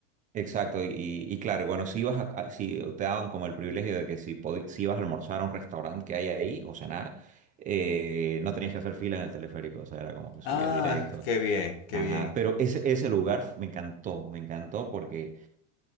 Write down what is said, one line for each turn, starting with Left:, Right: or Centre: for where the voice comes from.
Right: Exacto, y, y claro, y bueno, si ibas a, a- si te daban como el privilegio de que si, podi- si ibas a almorzar a un restaurante que hay ahí o cenar, eh, no tenías que hacer fila en el teleférico, o sea, era como que subías
Left: Ah,
Right: directo.
Left: qué bien, qué
Right: Ajá,
Left: bien.
Right: pero ese, ese lugar me encantó, me encantó porque